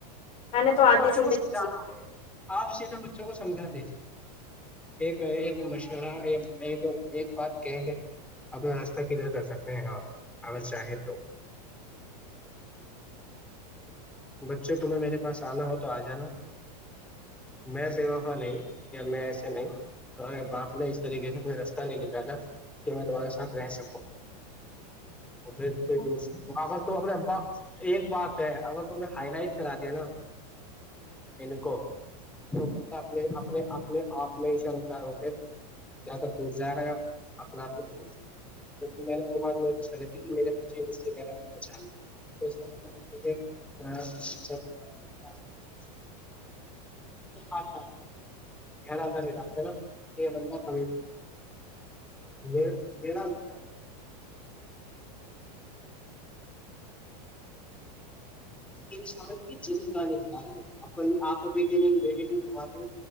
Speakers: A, on the left (about 30°); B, in the centre.
A: میں نے
B: تو
A: آدھی
B: بچوں
A: زندگی
B: کو سمجانا
A: جی لی
B: ہوگ آپ سیدھا بچوں کو سمجھا دی ایک ایک مشورہ ایک بات کہیں کہ اپنا راستہ کدھر کر سکتے ہیں آپ اگر چاہیں تو بچے تمہیں میرے پاس آنا ہو تو آ جانا میں بے وقا نہیں یا میں ایسے نہیں تمہارے باپ نے اس طریقے سے کوئی رستہ نہیں نکالا کہ میں تمہارے ساتھ رہ سکوں پھر کوئی
A: ہے۔
B: دور اگر ت اپنے اباپ ایک بات ہے اگر تو ہائی لائٹ کرا دیا نا ان کو تو بندہ اپنے اپنے اپنے آپ میں ہی شرم کار ہوتے یا تو ٹوٹ جائے گا یا اپنے آپ میںر جائے گا کیکہ میں نے وہ بات نوٹس کری تھی کہ میرے بچے مجھ سے گہرے آنےچان تو اس کا مطلب کہ <inaudible> ات گ ڈتے نا کہ بندہ ک ہے میراتھ م انسان کی جندگانی بتا رہا ن آپ بھی د مے لی تمے